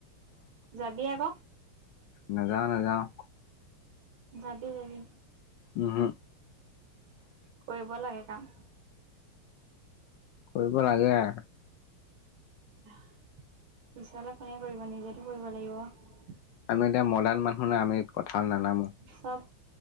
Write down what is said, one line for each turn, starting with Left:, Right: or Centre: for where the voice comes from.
Right: যাবি আকৌ।
Left: নাযাওঁ নাযাওঁ।
Right: যাবি যাবি।
Left: উহু।
Right: কৰিব লাগে কাম।
Left: কৰিব লাগে আ
Right: <inaudible> পিচলে কোনে কৰিব নিজেতো কৰিব লাগিব।
Left: আমি এতিয়া মডন মানুহ না আমি পথা নানামো।
Right: চব,